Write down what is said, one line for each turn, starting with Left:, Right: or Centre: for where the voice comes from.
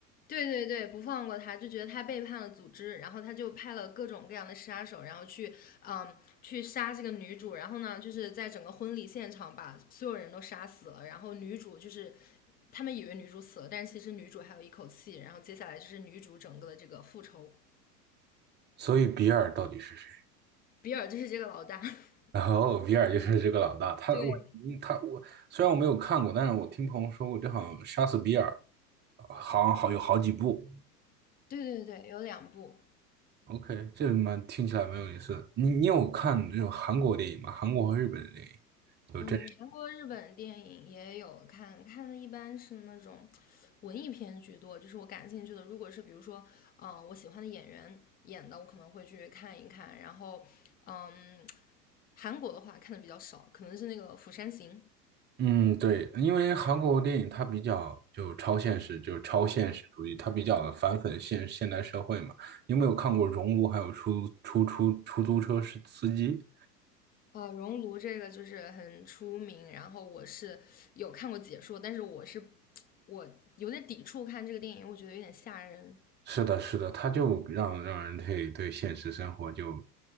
Left: 对对对不放过他，就觉得他背叛了组织，然后他就派了各种各样的杀手，然后去嗯去杀这个女主，然后呢就是在整个婚礼现场把所有人都杀死了，然后女主就是。他们以为女主死了，但是其实女主还有一口气。然后接下来就是女主整个的这个复仇。
Right: 所以比尔到底是谁？
Left: 比尔就是这个老大，<laughs>
Right: <laughs> 然后比尔就是这个老大，他我嗯他我虽然我没有看过，
Left: 对
Right: 但是我听朋友说过，这好像杀死比尔呃好像好有好几部。
Left: 对对对，有两部，
Right: OK，这蛮听起来没有意思的你你有看这种韩国电影吗？韩国和日本的电影？就这
Left: 嗯，韩国、日本电影也有看，看的一般是那种文艺片居多，就是我感兴趣的，如果是比如说，嗯、我喜欢的演员演的，我可能会去看一看，然后，嗯，韩国的话看的比较少，可能是那个《釜山行》。
Right: 嗯，对，因为韩国电影它比较就超现实，就是超现实主义，它比较反讽现现代社会嘛。你有没有看过《熔炉》还有出租出出出租车是司机？
Left: 呃，熔炉这个就是很出名，然后我是有看过解说，但是我是我有点抵触看这个电影，我觉得有点吓人，
Right: 是的，是的，他就让让人对对现实生活就